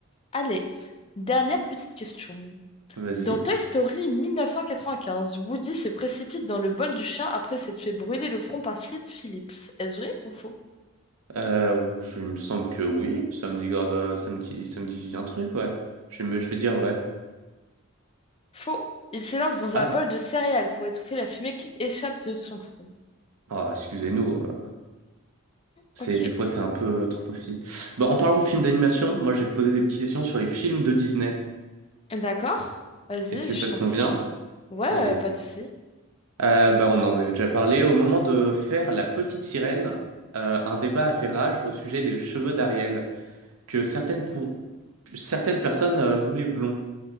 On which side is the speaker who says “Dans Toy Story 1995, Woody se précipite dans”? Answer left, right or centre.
Left